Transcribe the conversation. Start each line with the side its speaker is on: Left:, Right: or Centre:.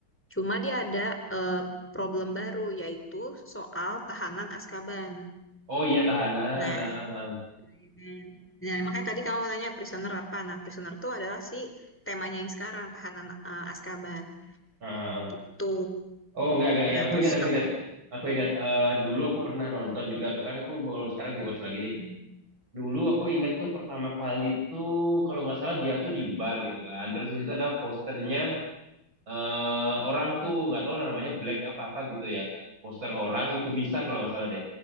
Centre: Cuma dia ada eh, problem baru yaitu soal tahanan Azkaban.
Right: Oh iya tahanan.
Centre: Nah,
Right: ah, ah,
Centre: ya kan? nah makanya tadi kamu nanya prisoner apa? Nah, prisoner itu adalah si temanya yang sekarang tahanan eh, Azkaban
Right: ah, ah, ah.
Centre: gitu.
Right: ah. Oh enggak, enggak. Ya,
Centre: Nah,
Right: aku
Centre: terus
Right: ingat, aku
Centre: kamu
Right: ingat. Aku ingat eh, dulu aku pernah nonton juga tuh kan aku mau sekarang di watch lagi nih.
Centre: Hmm.
Right: Dulu aku
Centre: Hmm.
Right: inget tuh pertama kali tuh kalau nggak salah dia tuh di bar gitu kan. Terus di situ ada posternya eh orang tuh nggak tahu namanya Black apa apa gitu ya. Poster orang
Centre: Hmm.
Right: yang kumisan kalau nggak salah deh.